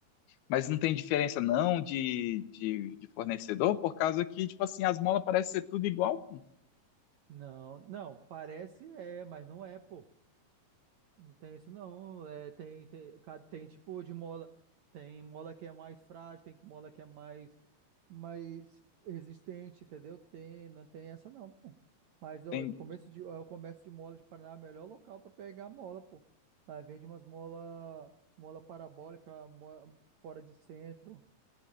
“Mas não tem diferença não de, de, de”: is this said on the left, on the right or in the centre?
Left